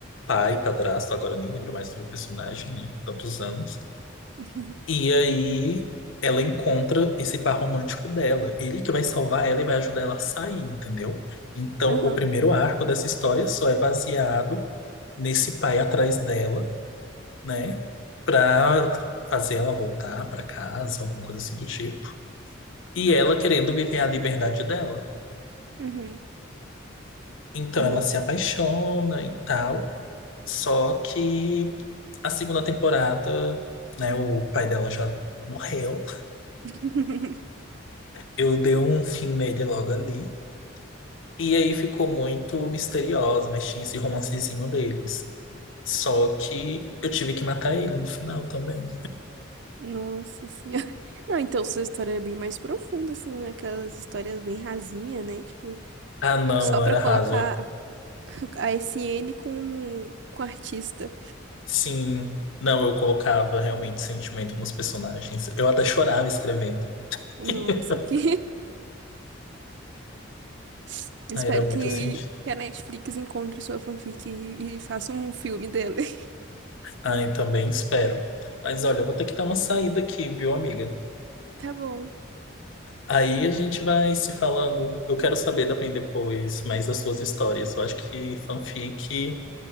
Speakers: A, on the left; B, on the right.
A: pai, padrasto, agora eu nem lembro mais do personagem, né? Tantos anos.
B: <laughs>
A: E aí ela encontra esse par romântico dela, ele que vai salvar ela e vai ajudar ela a sair, entendeu? Então,
B: Aham.
A: o primeiro arco dessa história só é baseado nesse pai atrás dela, né? Pra fazer ela voltar pra casa, alguma coisa assim do tipo. E ela querendo viver a liberdade dela.
B: Uhum.
A: Então
B: Nossa.
A: ela se apaixona e tal. Só que a segunda temporada, né? O pai dela já morreu.
B: <laughs>
A: Eu dei um fim nele logo ali. E aí ficou muito misteriosa, mas tinha esse romancezinho deles. Só que eu tive que matar ele no final também.
B: Nossa senhora. <laughs> Não, então sua história é bem mais profunda, assim, né? aquelas histórias bem rasinha, né? Tipo,
A: Ah, não,
B: só
A: não
B: pra
A: era
B: colocar
A: raso.
B: a S N com, com artista.
A: Sim, não, eu colocava realmente sentimento nos personagens. Eu até chorava escrevendo.
B: Nossa,
A: <laughs>
B: que... <laughs> Espero
A: Ah, era muito
B: que,
A: assim.
B: que a Netflix encontre sua fanfic e, e faça um filme dele. <laughs>
A: Ai, também espero. Mas olha, eu vou ter que dar uma saída aqui, viu, amiga?
B: Tá bom.
A: Aí a gente vai se falando. Eu quero saber também depois mais das suas histórias. Eu acho que fanfic,